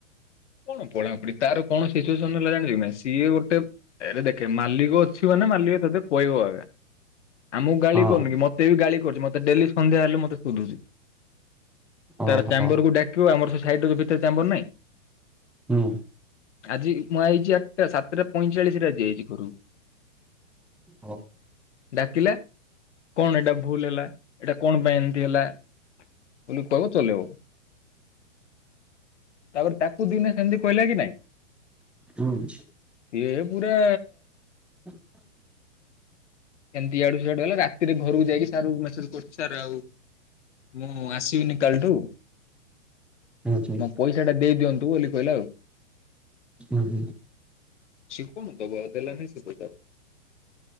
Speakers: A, on the left (about 65°); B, in the centre.
A: କଣ ପଢ଼ାପୁଢ଼ି ତାର କଣ ସିଚୁଏସନ୍ ହେଲା ଜାଣିଚୁ କି ନାହିଁ ସିଏ ଗୋଟେ ଏରେ ଦେଖେ ମାଲିକ ଅଛିି ମାନେ ମାଲିକ ତତେ କହିବ ଆଗା ଆମୁକୁ ଗାଳି
B: ହଁ
A: କରୁନି କି ମ ତେ ବି ଗାଳି କରୁଚି ମତେ ଡେଲି ସନ୍ଧ୍ୟା ହେଲେ ମତେ ଶୋଧୁଚି
B: ଓହୋ
A: ତାର ଚାମ୍ବରକୁ ଡା କିବ ଆମର ସେ ସାଇଟ୍ ରେ ଯୋଉ ଭିତରେ ଚାମ୍ବର ନାହିଁ?
B: ହୁଁ।
A: ଆଜି ମୁଁ ଆଇଚି ଆଟଟା ସାତଟା ପଇଁଚାଳିଶିରେ ଆଜି ଆଇଚି ଘରୁ।
B: ହ
A: ଡାକିଲା କଣ ଏଟା ଭୁଲ୍ ହେଲା ଏଟା କଣ ପାଇଁ ଏମିତି ହେଲା? ବୋଲି କହିବ ଚଲେଇବ ତାପରେ ତା ଇନା ସେମତି କହିଲା କି ନାଇଁ?
B: ହୁଁ।
A: ଇଏ ପୁରା
B: <inaudible>
A: ଏମତି ଇଆଡୁ ସିଆଡୁ ହେଲା ରାତିରେ ଘରୁକୁ ଯାଇକି ସାରୁ ମେସେଜେ କରୁଚି ସାର୍ ଆଉ ମୁଁ ଆସିବିନି କାଲଠୁ।
B: ହୁଁ ହୁଁ
A: ମୋ ପଇସାଟା ଦେଇ ଦିଅନ୍ତୁ ବୋଲି କହିଲା ଆଉ।
B: ହୁଁ ହୁଁ।
A: ସିଏ କଣ ଦବ ଆଉ ଦେଲାନେଇ ସେ ପଇସା ଆଉ।